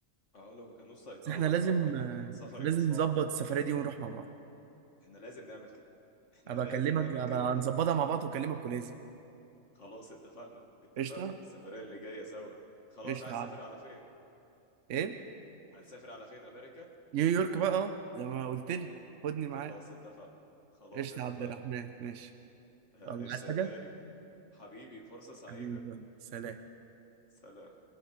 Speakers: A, on the left (about 60°); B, on the right (about 65°).
A: اه لو ما كانوش سيطروا
B: بس إحنا
A: بصراحه
B: لازم
A: كان
B: آه،
A: السفر
B: لازم
A: يبقى صعب
B: نظبط السفرية دي ونروح مع بعض
A: احنا لازم نعمل كده احنا
B: أبقى
A: لازم
B: أكلمك
A: نعمل
B: أبقى
A: كده
B: نظبطها مع بعض وأكلمك ولازم
A: خلاص اتفقنا اتفقنا
B: قشطة
A: السفرية اللي جاية سوا خلاص
B: قشطة
A: عايز
B: يا
A: اسافر
B: عم.
A: على فين
B: إيه
A: هنسافر على فين امريكا
B: نيويورك بقى اه زي ما قلت لي
A: نيويورك
B: خدني معاك
A: خلاص اتفقنا خلاص
B: قشطة
A: اتفقنا
B: يا عبد الرحمن ماشي
A: <laughs>
B: يلا
A: ايش
B: عايز
A: يا
B: حاجة
A: دالي حبيبي فرصة سعيدة
B: حبيبي يلا. سلام
A: سلام